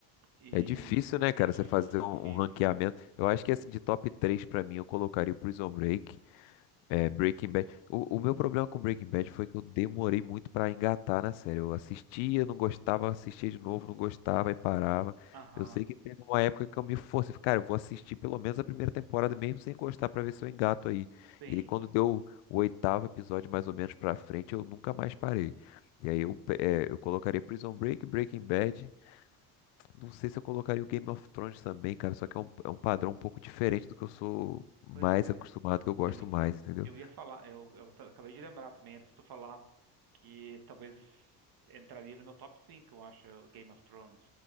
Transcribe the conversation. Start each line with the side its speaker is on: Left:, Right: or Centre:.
Right: E
Left: É difícil, né, cara,
Right: é difícil,
Left: você fazer um, um ranqueamento.
Right: né?
Left: Eu acho que, assim, de top 3 pra mim, eu colocaria o Prison Break. É, Breaking Bad. O, o meu problema com Breaking Bad foi que eu demorei muito pra engatar na série. Eu assistia, não gostava, assistia de novo, não gostava e parava.
Right: Aham,
Left: Eu sei que teve uma época que eu me forcei, falei, cara, eu vou assistir pelo menos a primeira temporada mesmo sem gostar pra ver se eu engato aí.
Right: tem.
Left: E aí quando deu o oitavo episódio mais ou menos pra frente, eu nunca mais parei. E aí eu, pe- é, eu colocaria Prison Break, Breaking Bad. Não sei se eu colocaria o Game of Thrones também, cara, só que é um, é um padrão um pouco diferente do que eu sou mais
Right: Pois é.
Left: acostumado, que eu gosto
Right: Eu, i-
Left: mais, entendeu?
Right: eu ia falar, eu, eu ta- acabei de lembrar também, antes de tu falar, que talvez entraria no meu top 5 eu acho, Game of Thrones.